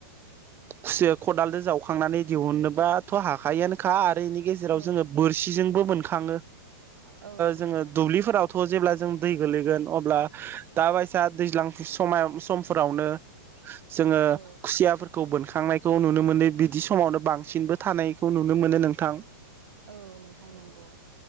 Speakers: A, on the right; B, on the right.
A: खुसिया खदालजों जावखांनानै दिहुननोबाथ' हाखायोआनोखा आरो बेनि गेजेराव
B: औ
A: जोङो बोरसिजोंबो बोनखाङो
B: औ
A: जोङो
B: नोंथां
A: दुब्लिफोरावथ'
B: नंगौ
A: जेब्ला जों दै गोलैगोन अब्ला दा बायसा दैज्लां सम समफोरावनो जोङो
B: औ
A: खुसियाफोर खौ बोनखांनायखौ नुनो मोनो बिदि समावनो बांसिनबो थानायखौ नुनो मोनो नोंथां
B: औ नोंथां नोंगौ